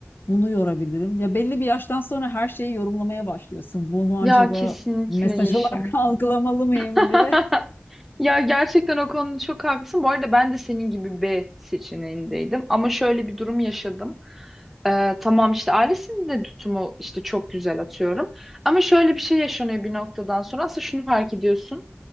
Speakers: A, on the left; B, in the centre.
A: Bunu yorabilirim. Ya belli bir yaştan sonra her şeyi yorumlamaya başlıyorsun. Bunu
B: Ya
A: acaba
B: kesinlikle
A: mesaj
B: Yeşim.
A: olarak <laughs> algılamalı mıyım
B: <laughs>
A: diye.
B: Ya gerçekten o konuda çok haklısın. Bu arada ben de senin gibi B seçeneğindeydim. Ama şöyle bir durum yaşadım. Ee, tamam işte ailesinin de tutumu işte çok güzel atıyorum. Ama şöyle bir şey yaşanıyor bir noktadan sonra. Aslında şunu fark ediyorsun.